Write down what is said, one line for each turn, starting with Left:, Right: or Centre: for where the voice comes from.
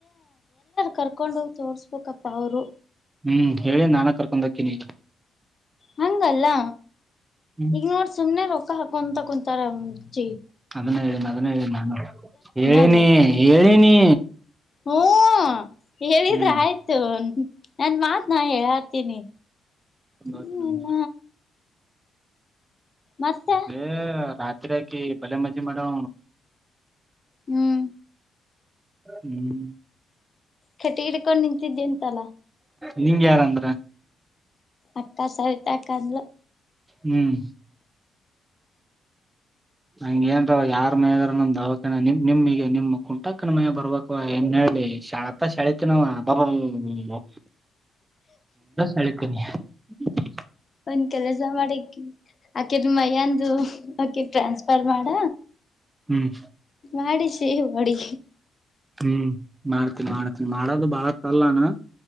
Left: ಕರ್ಕೊಂಡೋಗಿ ತೋರ್ಸ್ಬೇಕಪ್ಪಾ ಅವ್ರು.
Right: ಹ್ಮ್ ಹೇಳಿ ನಾನ ಕರ್ಕೊಂಡ ಹಾಕಿನಿ
Left: ಹಂಗಲ್ಲಾ.
Right: ಹ್ಮ್
Left: ಈಗ ನೋ ಸುಮಮ್ಮನೆ ರ. ಕಂತ ಕುಂತ ರಚ.
Right: ಅದನ್ನ ಹೇಳನಿ ಅದನ್ನ ಹೇಳೀನಿ ನಾನು ಹೇಳನಿ
Left: ಅದು
Right: ಹೇಳಿನಿ.
Left: ಹ್ಮ. ಹೇಳಿದ್ರೆ
Right: ಹ್ಮ್
Left: ಆಯ್ತು. ನನ್ ಮಾತ್ ನಾನ್ ಹೇಳತೀನಿ.
Right: ಬಹತ್
Left: ಹ್ಮ
Right: ನಂದ. <inaudible>
Left: ಮತ್ತ
Right: ತ್. <inaudible> ಹಕಿ ಬಲೆ ಮಜ್ಜಿ ಮಾಡೋ.
Left: ಹ್ಮ್.
Right: ಹ್ಮ್.
Left: ಕಟ್ಟಿಗಿಡ್ಕೊಂಡು ನಿಂತಿದ್ದೆಂತಲ್ಲಾ.
Right: ನಿಂಗ ಯಾರಂದ್ರ.
Left: ಅಕ್ಕ ಸಹಿತ. ಕಂದ್ಲು
Right: ಹ್ಮ್. ಹಂಗ ಏನ್ರವ ಯಾರ್ ಮೈದಾರ ನಮ್ ದಾವಕ ನಿಮ್ ನಿಮಗ ನಿಮ್ ಕುಂಟಾಕ್ಕನ ಮೈ ಬರ್ಬೇಕ ಏನ್ ಹೇಳಿತ ಶಳತಿ ನವ. ಅಬ ಹಂಗ ಹಳತೀನಿ. ಹ್ಮ. <inaudible>
Left: ಒಂದ್ ಕೆಲಸ ಮಾಡಕಿ. ಆಕೆದ್ರ ಮಯ್ಯಂದು ಆಕೆ ಟ್ರಾನ್ಸ್ಫರ್ ಮಾಡ.
Right: ಹ್ಮ್.
Left: ಮಾಡಿಸಿ ಹೊಡಿ.
Right: ಹ್ಮ್ ಮಾಡ್ತೀನಿ ಮಾಡ್ತೀನಿ ಮಾಡೋದು ಬಾಳ ತಲ್ಲಾನ.